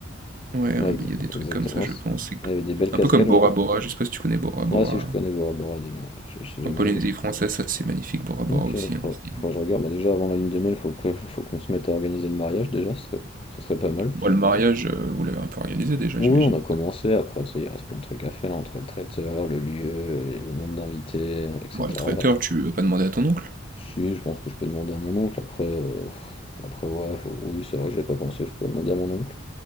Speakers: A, on the right; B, on the left.
A: Ouais, hein,
B: Ouais, exa-
A: il y a des trucs
B: exactement.
A: comme ça,
B: Ouais,
A: je
B: c'est-
A: pense. c'est que-
B: il y avait des belles cascades,
A: Un peu comme Bora
B: genre.
A: Bora, je sais pas si tu connais Bora Bora.
B: Ouais, si je connais Bora Bora de nom. ouais. Je, je suis jamais
A: En Polynésie
B: allé, mais je
A: française, ça c'est magnifique, Bora Bora
B: Ok,
A: aussi.
B: bah,
A: hein,
B: faudra,
A: c'est-
B: faudra que je regarde. Bah, déjà avant la lune de miel, faut que, faut qu'on se mette à organiser le mariage déjà, ce serait, ce serait pas mal.
A: Bon, le mariage, euh, vous l'avez un peu organisé déjà,
B: Oui,
A: j'imagine.
B: on a commencé, après tu sais, il reste plein de trucs à faire entre le traiteur, le lieu, les- le nombre d'invités, etc.
A: Bon, le traiteur, tu vas pas demander à ton oncle.
B: Si, je pense que je peux demander à mon oncle, après, euh, pff, après ouais, faut- oui, c'est vrai que je l'ai pas pensé, je pourrais demander à mon oncle.